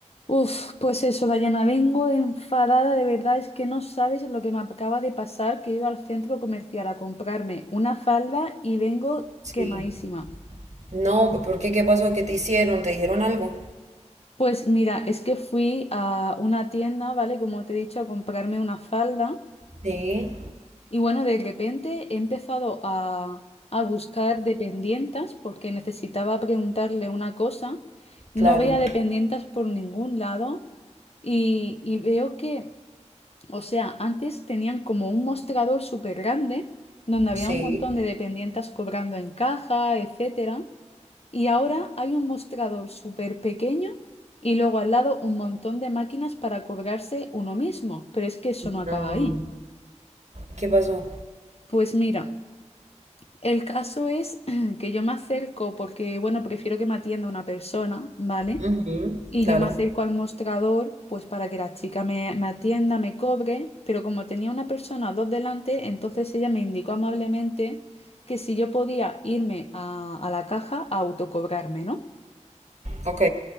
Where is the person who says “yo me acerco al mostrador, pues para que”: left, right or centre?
Left